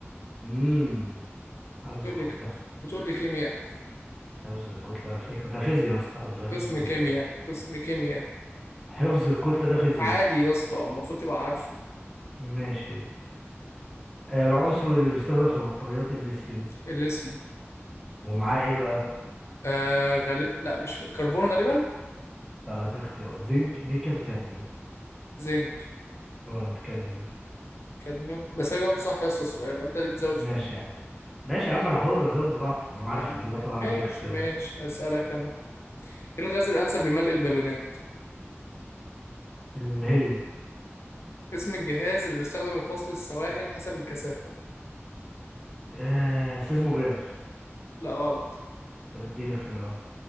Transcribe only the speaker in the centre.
امم حفظ
الكتلة
حفظ الكتلة فيك ده فيزياء يا اسطى حفظ حفظ
الكتلة
ده
حفظ الكتلة ده فيزياء
ماشي آه، العنصر اللي بيستخدم في بطاريات الليثيوم
ومعاه ايه بقى؟
طب هدي اختيارات زنك نيكل كادميوم
غلط كادميوم
ماشي
يا عم ماشي يا عم انا حر ازود براحتي طالما
عارف
الاجابات واعرف
اديك اختيارات
الهيليوم
آه سيزموجراف
طب اديني اختيارات